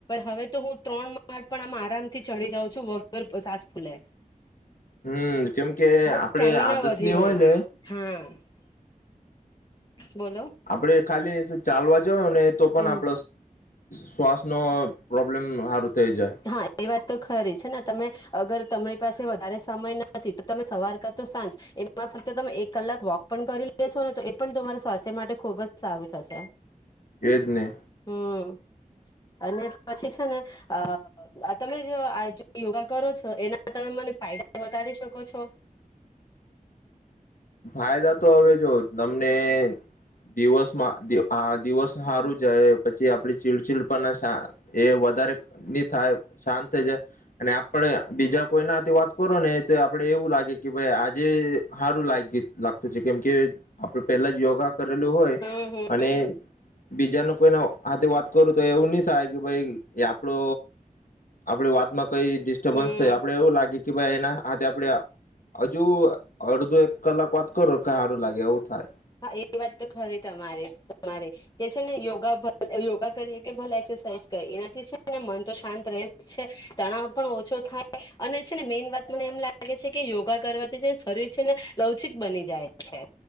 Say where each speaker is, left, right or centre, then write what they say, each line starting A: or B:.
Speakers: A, on the left (about 30°); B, on the left (about 70°).
A: હવે તો હું ત્રણ પણ આ આરામથી ચડી જાઉં છું વગર સાસ ફૂલે.
B: હમ કેમ કે
A: હા
B: આપડે
A: સ્ટેમિના
B: આદત
A: વધી
B: ની
A: ગયું
B: હોય ને
A: હા બોલો.
B: <unintelligible> ખાલી ચાલવા. <unintelligible> તો પણ
A: હમ
B: આપ શ્વાસ નો પ્રોબ્લેમ સારું. થઈ જાય
A: હા એ વાત. તો ખરી છે, ને તમે અગર તમારી પાસે વધારે સમય નથી, તો તમે સવાર કરતો સાંજ એમાં ફક્ત તમે એક કલાક વોક પણ કરી લેશો ને, તો એ પણ તમારા સ્વાસ્થ્ય માટે ખુબજ. સારું થશે,
B: એજ ને
A: હમ. અને પછી છેને, અ. આ તમે જો, આ યોગા કરો છો, એના તમે મને ફાયદા વધડી શકો છો.
B: ફાયદા, તો હવે જો જ. તમને એ. દિવસમાં આ દિવસ. સારું જાય, પછી આપડી. ચીલચીડ પણ ના એ વધારે નની થાય શાંત થઈ જાય, અને આપડે બીજા કોઈનાથી વાત, કરો ને આપડે એવું, લાગે કે ભાઈ આજે સારું લાગે. લાગતું છે, કેમ કે આપડે પેલા જ યોગા. કરેલું હોય,
A: હમ હમ
B: અને. બીજા ન કોઈને હાથે, વાત કરું તો એવું નહી થાય, કે ભાઈ આપડો આપડી વાતમાં. કઈ ડિસ્ટર્બન્સ,
A: હમ
B: થાય આપણે એવું લાગે. કે ભાઈ એના, આ તે આપડે હજુ અડધું એક. કલાક વાત, કરો ક સારું લાગે એવું થાય.
A: હા એ વાત તો ખરે તમારે તમારે કે છેને, યોગા યોગા, કરી કે ભલે એક્સરસાઇ કરી એનાથી છેને, મન તો શાંત રહે છે, તણાવ પણ ઓછો થાય અને છેને, મેન વાત મને એમ લાગે છે, કે યોગા કરવાથી છે શરીર છેને. લવચિક, બની જાય છે.